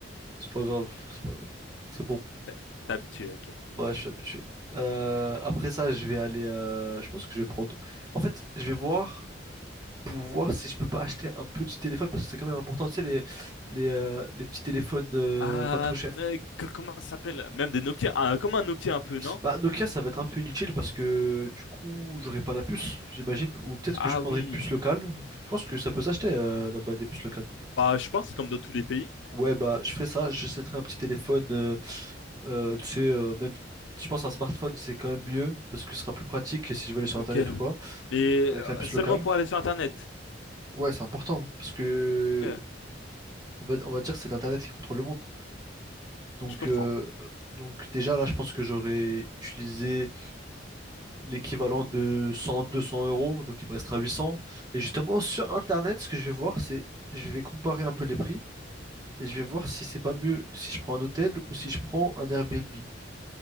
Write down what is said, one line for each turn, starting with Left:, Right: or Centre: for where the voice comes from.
Right: c'est pas grave, c'est pas grave. C'est bon.
Left: T'es t'es habitué. ok.
Right: Ouais, je suis habitué. Euh, après ça, je vais aller. euh, je pense que je vais prendre. En fait, je vais voir pour voir si je peux pas acheter un petit téléphone parce que c'est quand même important. Tu sais, les, les, euh, les petits téléphones euh,
Left: Ah,
Right: pas trop chers.
Left: euh, co- comment ça s'appelle? Même des Nokia. Ah, comme un Nokia un peu, non?
Right: Bah, Nokia, ça va être un peu inutile parce que du coup, j'aurai pas la puce, j'imagine. Ou peut-être
Left: Ah
Right: que je prendrai
Left: oui.
Right: une puce locale. Je pense que ça peut s'acheter euh, là-bas des puces locales.
Left: Bah je pense comme dans tous les pays.
Right: Ouais, bah, je ferai ça. J'achèterai un petit téléphone. euh, euh, tu sais, euh, même, je pense un smartphone, c'est quand même mieux parce que ce sera plus pratique si je veux aller sur
Left: Ok.
Right: Internet ou quoi,
Left: Mais
Right: avec
Left: euh,
Right: la puce
Left: seulement
Right: locale.
Left: pour aller sur Internet.
Right: Ouais, c'est important hein, parce que
Left: Ok.
Right: on va, on va dire que c'est l'Internet qui contrôle le monde. Donc,
Left: Je comprends.
Right: euh, donc déjà là, je pense que j'aurais utilisé l'équivalent de 100, 200 euros, donc il me restera 800. Et justement, sur Internet, ce que je vais voir, c'est je vais comparer un peu les prix et je vais voir si c'est pas mieux si je prends un hôtel ou si je prends un Airbnb.